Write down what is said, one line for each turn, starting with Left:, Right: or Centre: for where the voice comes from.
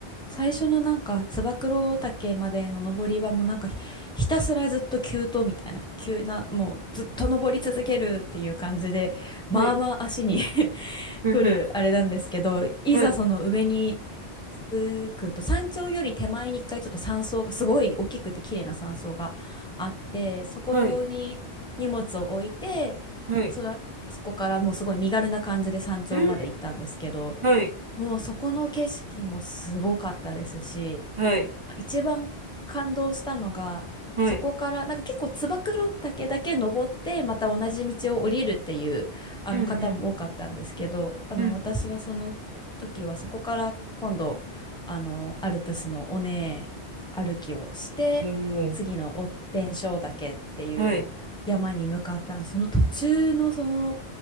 Centre: 最初のなんか、つば九郎岳までの登りはもうなんかひ、ひたすらずっと急登みたいな、急な、もうずっと登り続けるっていう感じで、まあまあ足に
Right: うんはい、
Centre: <laughs>
Right: うん、
Centre: 来るあれなんですけど、
Right: うん、
Centre: いざその上に
Right: はい、
Centre: 着くと、山頂より手前に一回ちょっと山荘が、すごい大きくて綺麗な山荘があって、そこに荷物を置いて、
Right: はい、はい、
Centre: そら、そこからもうすごい身軽な感じで山頂まで行ったんですけど、
Right: うん、はい、
Centre: もうそこの景色もすごかったですし、
Right: はい、
Centre: 一番感動したのが、
Right: はい、
Centre: そこから、なんか結構つば九郎岳だけ登って、また同じ道を降りるっていう、あの方も多かったんですけど、
Right: うん、
Centre: あの、
Right: うん、
Centre: 私はその時はそこから今度、あの、アルプスの尾根歩きをして、
Right: うん、おー、
Centre: 次の追天正岳っていう山に向かったんです。
Right: はい、
Centre: その途中のその